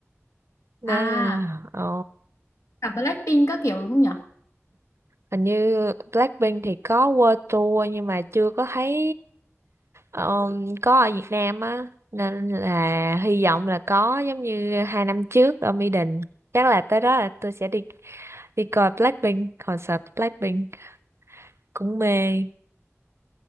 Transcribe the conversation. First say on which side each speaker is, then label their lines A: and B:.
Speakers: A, on the right; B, on the left.
A: nên
B: à
A: là ờ
B: cả Blackpink các kiểu đúng không nhỉ
A: hình như Blackpink thì có World Tour nhưng mà chưa có thấy Ờ, có ở Việt Nam á nên là hy vọng là có giống như hai năm trước ở Mỹ Đình chắc là tới đó là tôi sẽ đi đi coi Blackpink concert Blackpink cũng mê